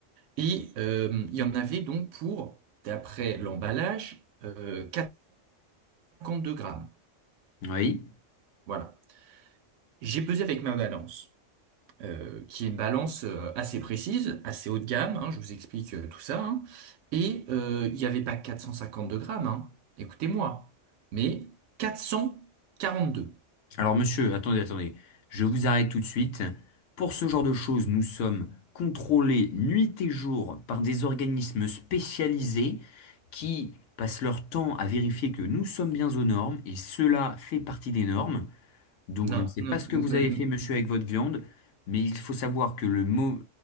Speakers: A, on the right (about 80°); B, on the left (about 75°).
A: Et euh, il y en avait donc pour, d'après l'emballage, euh, deux grammes.
B: Oui.
A: Voilà. J'ai pesé avec ma balance, euh, qui est une balance euh, assez précise, assez haut de gamme, hein, je vous explique euh, tout ça. hein. et euh, il n'y avait pas 452 grammes, hein, écoutez-moi, mais 442.
B: Alors, monsieur, attendez, attendez. Je vous arrête tout de suite. Pour ce genre de choses, nous sommes contrôlés nuit et jour par des organismes spécialisés qui passent leur temps à vérifier que nous sommes bien aux normes, et cela fait partie des normes. Donc,
A: Non,
B: je ne sais
A: non,
B: pas ce que
A: m-
B: vous
A: m-
B: avez fait, monsieur, avec votre viande, mais il faut savoir que le mot,